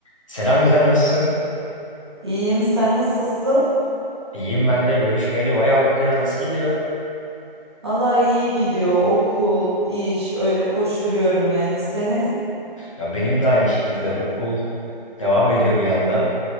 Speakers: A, on the left (about 35°); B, on the right (about 30°).
A: Selam Gizem nasılsın?
B: İyiyim, sen nasılsın?
A: İyiyim ben de görüşmeyeli bayağı oldu ya nasıl gidiyor?
B: Vallahi iyi gidiyor. Okul, iş, öyle koşturuyorum yani. Senin
A: Ya benim de aynı şekilde okul devam ediyor bir yandan.